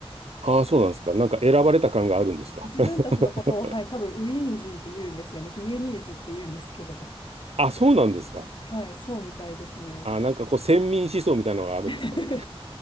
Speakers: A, on the right (about 80°); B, on the left (about 50°).
A: ああ、そうなんですか。なんか選ばれた感があるんですか
B: 自分たちのことを、
A: <laughs>
B: はい、多分ウィーン人って言うんですよね。ビエニーズって言うんですけども。
A: あ、そうなんですか。
B: はい、そうみたいですね。
A: あ、なんかこう、先民思想みたいなのがあるんですかね。
B: <laughs>